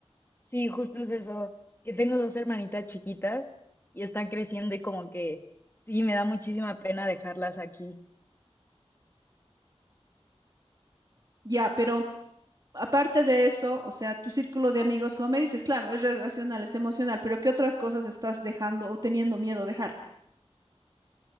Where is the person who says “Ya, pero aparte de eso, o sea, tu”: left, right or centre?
Right